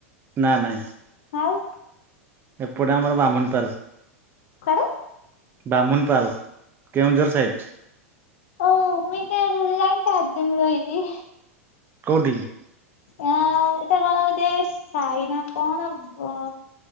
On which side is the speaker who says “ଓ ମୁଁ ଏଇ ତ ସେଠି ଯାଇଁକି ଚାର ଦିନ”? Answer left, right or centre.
Left